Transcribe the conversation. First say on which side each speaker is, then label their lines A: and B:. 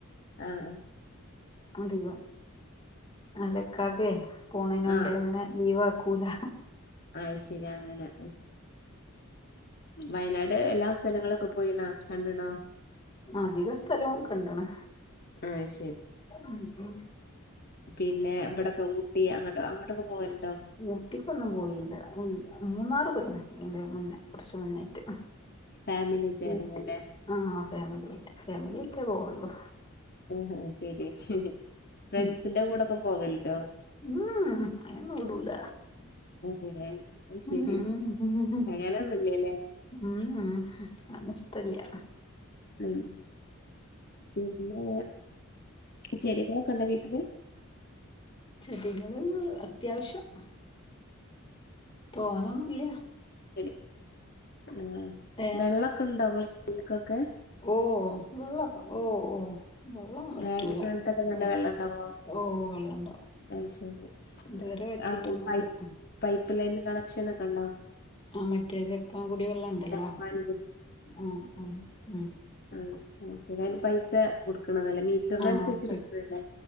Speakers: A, on the left; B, on the left.
A: ആ ആ.
B: അതില്ല അല്ല ഇക്കാക്ക് പോണതിനോണ്ട്
A: ആഹ്
B: അങ്ങനെ ലീവ് ആക്കൂല.
A: അയ് ശരി അങ്ങനെ വയനാട് എല്ലാം. സ്ഥലങ്ങളൊക്കെ പോയീണോ കണ്ടുണോ?
B: അധിക സ്ഥലവും കണ്ട്ണ്.
A: അത്ശരി.
B: ഉം ഉം
A: പിന്നെ ഇവിടൊക്കെ ഊട്ടി അങ്ങട്ട അങ്ങോട്ടൊക്കെ പോവല്?
B: ഊട്ടിക്കൊന്നും പോയില്ല ഉം. മൂന്നാറ് പോയിണ് ഇതിന്റെ മുന്നേ കുറച്ച് മുന്നായിട്ട്
A: ഫാമിലി ആയിട്ട് ഏതാവുല്ലേ
B: ഊട്ടിയും. ആ ഫാമിലി ആയിട്ട് ഫാമിലി ആയിട്ടേ പോവൊള്ളൂ.
A: ഉം ഹും ശരി ഫ്രണ്ട്സിന്റെ
B: ഉം
A: കൂടെക്ക പോവലുണ്ടോ?
B: ഉം മ് അയിനൊന്നും വുടൂല.
A: ഏഹ് അത്
B: ഉഹ
A: ശരി
B: ഹ ഹും.
A: അങ്ങനൊന്നുല്ലല്ലേ
B: ഉം മ് അതൊന്നും ഇഷ്ടല്ല്യ.
A: ഉമ് പിന്നെ ചെടികളൊക്കെ ഉണ്ടാ വീട്ടില്?
B: ചെടികള് അത്യാവശ്യം. തോനെന്നുല്ല്യ.
A: ശരി ആഹ്
B: ഏ
A: വെള്ളൊക്കെ ഉണ്ടോ നിങ്ങള വിട്ക്കൊക്കെ?
B: ഓഹ് വെള്ളകെ ഓഹ് ഓഹ് വെള്ളം വറ്റൂല
A: വേനൽക്കാലത്തൊക്കെ
B: ഉ
A: നല്ല വെള്ളം ഉണ്ടാവോ
B: ഓ വെള്ളണ്ടാവും.
A: അത് ശരി
B: ഇതുവരെ വറ്റീട്ടൊന്നൂല്ല.
A: ആ പൈ പൈപ്പ് ലൈൻ കണക്ഷൻ ഒക്കെ ഉണ്ടോ?
B: ആ മറ്റേ ജപ്പാൻകൂടിവെള്ളണ്ടല്ലോ
A: ജപ്പാൻ
B: ആഹ് ആഹ് ഉം.
A: ആണ് അത്ശരി <unintelligible> പൈസ കൊട് ക്ക്ണതല്ലേ മീറ്ററിനനുസരിച്ച്
B: ആ അപ്പ
A: ഇട്ക്കല്ലെ.